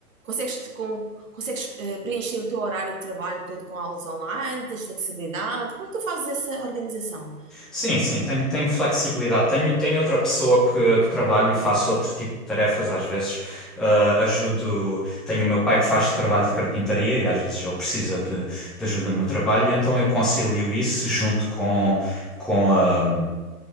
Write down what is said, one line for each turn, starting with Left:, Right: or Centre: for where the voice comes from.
Right: Consegues, te- com, consegues eh, preencher o teu horário de trabalho todo com aulas online? Tens flexibilidade? Como é que tu fazes essa organização?
Centre: Sim, sim, tenho, tenho flexibilidade. Tenho, tenho outra pessoa que, que trabalho e faço outro tipo de tarefas. Às vezes ah, ajudo. Tenho o meu pai que faz trabalho de carpintaria e às vezes ele precisa de, de ajuda no trabalho, e então eu concilio isso junto com, com a